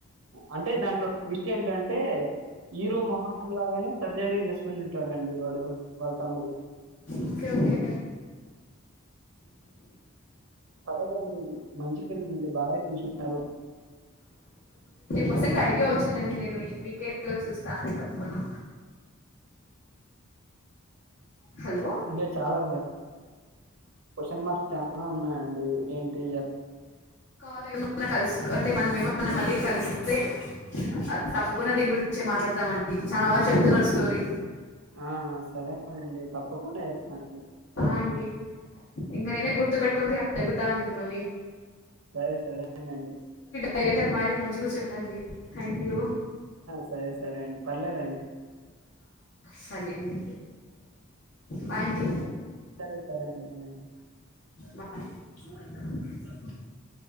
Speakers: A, on the right; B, on the left.
A: అంటే దాంట్లో ట్విస్ట్ ఏంటంటే హీరో మొహాం లాగానే సర్జరీ చేసుకునింటాడండి వాడు వాళ్ళ తమ్ముడు
B: ఓకే ఓకే
A: అరేదండి మంచి ఫిల్మ్ అండి భార్య చూసున్నారు
B: మొసంగా ఐడియా వచ్చిందండి నేను ఈ వీకెండ్ లో చూస్తా అని తప్పకుండా హలో
A: ఇంకా చాలా క్వశ్చన్ మార్క్స్ చాల ఉన్నాయంండి ఏంటి ఎ
B: ల్ ఏమ కసు అంటే మనమ ఏమ మళ్ళీ కలిస్తే అ తప్పకుండా దీని గురించి మాట్లాడతామండి చాలా వాారు చెప్తున్నారు స్టోరీ
A: ఆ సరే అనండి తప్పకుండా చేస్తానండి
B: అండి ఇంకా నేనే గుర్తు పెెట్టుకునిగ అడుగుతా అని మిమ్మల్ని
A: సరే సరేనండి
B: డైరేటర్ మరి మంచిగా చెప్పండి థ్యాంక్ యూ
A: సరే సరే అండి పర్లేదండి
B: సరే అండి బాయ్ అండి
A: సరే సరే అండి బాయ అండి
B: బాయ చూడు ఇక్కడ